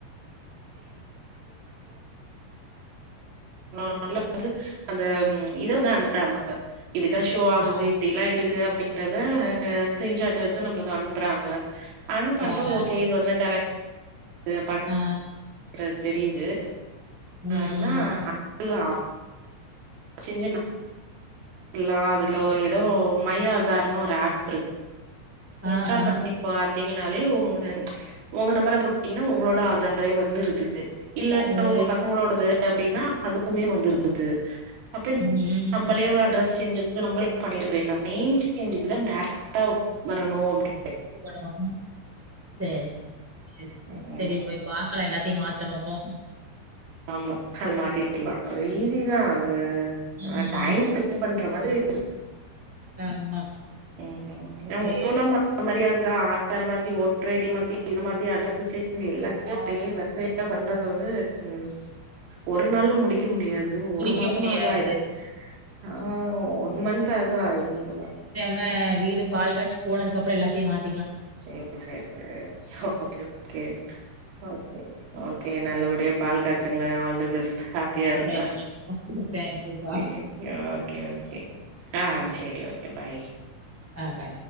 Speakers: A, on the right; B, in the centre.
A: <unintelligible> வந்து அந்த இது வந்து அனுப்றாங் க இப்டிதா ஷோ ஆகுது
B: ஆ
A: இப்டிலா இருக்கு அப்டி ங்கரத ஸ்கரீன்ஷாட் எடுத்து நம்ளுக்கு அனுப்புறாங்க அனுப்ப
B: சூப்பராங்க.
A: அனுப்ப ஓகே இது வந்து கரெட் து பண்
B: ஆ.
A: றத் தெரீது
B: ம்,
A: ஆனா
B: ம்.
A: <unintelligible> செஞ்சுன ல்லா அதுல ஏதோ மை ஆதார்ன்னு ஒரு ஆப் இருக்
B: ஆ,
A: இன்ஸால்
B: ஆ.
A: பண்ணிப்பாத் தீங்கனாலே உங் உங்க நம்பர போட்டீங்கனா உங்களோட ஆதாரே வந்துருது இல்ல
B: அதாவது
A: உங்க பசங்களோடது அப்டின்னா அதுக்குமே வந்துருந்தது அப்ப
B: ம், ம்.
A: நம்பளே ஒரு அட்ரஸ் செஞ்சு நம்மளே பண்ணிட்டு போயிடலா நேம் சேஞ்சுக்கு தா டாரெக்ட்டா வரணு அப்டி
B: <unintelligible> சரி <unintelligible> சிஸ்டர்
A: ம்
B: சரி பாக்கலா போய் எல்லாத் த்தே மாத்தனும்போ
A: ஆமா ஆமா தேட்டுலா அ ஈசி ஜாது
B: ம்.
A: ஆனா டைம் ஸ்பெண்ட் பண்ற மாதிரி இரு <inaudible>
B: ஆமா
A: ம் ஓன்னு
B: சரி
A: ஒண்ணா
B: சிஸ்.
A: மா <inaudible> மாரியா ஆதார் மாத்தி ஓட்டர் ஐ டி மாத்தி இது மாத்தி அட்ரஸ் சேஞ் எல்லாத்தையு
B: ஆ.
A: அப்டியே வரிசையா பண்றது வந்து ம் ஒரு நாள்ல முடிக்க முடியாது அது
B: குடிக்க
A: ஒரு மாசமா
B: முடியாது.
A: அது ஆய்டு ஆ ஒன் மந்த்து அதா ஆய்டும் போல
B: ஆ வீடு பால் காச்சு போனதுக்கப்பற எல்லத்தையு மாத்து
A: ச சரி சரி okay okay okay okay நல்லபடியா
B: okay.
A: பால் காய்ச்சுங்க ஆல் <unintelligible> ஹாப்பியா இருங்க
B: தேங்க் யூ. தேங்க் யூப்பா.
A: ச ஓகே ஓகே ஆ சரி ஓகே பாய்
B: ஆ பாய்.